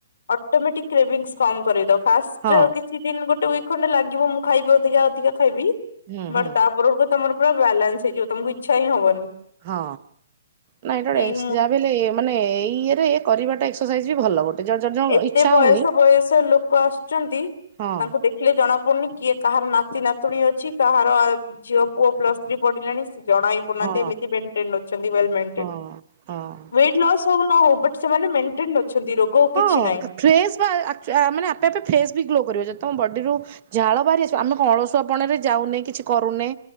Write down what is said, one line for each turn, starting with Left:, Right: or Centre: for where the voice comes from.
Left: ଅଟୋମେଟି କ୍ କ୍ରେବିଂସ୍ କମ୍ କରେଇଦବ। ଫାଷ୍ଟ
Right: ହଁ
Left: ରେ କିଛି ଦିନ ଗୋଟେ ୱିକ୍ ଖଣ୍ଡେ ଲାଗିବ ମୁଁ ଖାଇବି ଅଧିକା ଅଧିକା ଖାଇବି,
Right: ହୁଁ ହୁଁ
Left: ବଟ୍ ତାପରକୁ ତମର ପୁରା ବାଲାନ୍ସ ହେଇଯିବ ତମକୁ ଇଚ୍ଛା ହିଁ ହବନି।
Right: ହଁ ନା ଏଇଟା ଗୋଟେ
Left: କି
Right: ଏକ୍ସ
Left: ମୁଁ
Right: ଯା ବ ମାନେ ଏଇ ଇଏ ରେ କରିବାଟା ଏକ୍ସରସାଇଜ୍ ବି ଭଲ ଗୋଟେ। ଜଣ ଜଣ ଜଣ
Left: ଏତେ
Right: ଇଚ୍ଛା
Left: ବୟସ
Right: ହଉନି
Left: ବୟସ ଲୋକ ଆସୁଛନ୍ତି,
Right: ହଁ
Left: ତାଙ୍କୁ ଦେଖ ଖିଲେ ଜଣା ପଡୁନି, କିଏ କାହାର ନାତି ନାତୁଣୀ ଅଛି, କାହାର ଆଉ ଝିଅ ପୁଅ ପ୍ଲସ ଥ୍ରୀ ପଢିଲେଣି ସେ ଜଣାଇଁ ପୁଡୁନାହାନ୍ତି
Right: ହଁ
Left: ଏମିତି ବେ ଟେନ୍ ରେ ଅଛନ୍ତି। ୱେଲ୍ ମେଣ୍ଟେନ୍,
Right: ହଁ ହଁ।
Left: ୱେଟ୍ ଲସ୍ ହୋଉ କି ନ ହୋଉ ବଟ୍ ସେମାନେ ମେଣ୍ଟେନ ଅଛନ୍ତି। ରୋଗ
Right: ହଁ
Left: କିଛି ନାହିଁ।
Right: ଫ୍ରେସ୍ ବା ଆଚୁ ମାନେ ଆପେ ଆପେ ଫେସ୍ ବି ଗ୍ଲୋ କରିବ ଯଦି ତମ ବଡିରୁ ଝାଳ ବାହାରି ଆସିବ। ଆମେ କଣ ଅଳସୁଆପଣରେ ଯାଉନେ କିଛି କରୁନେ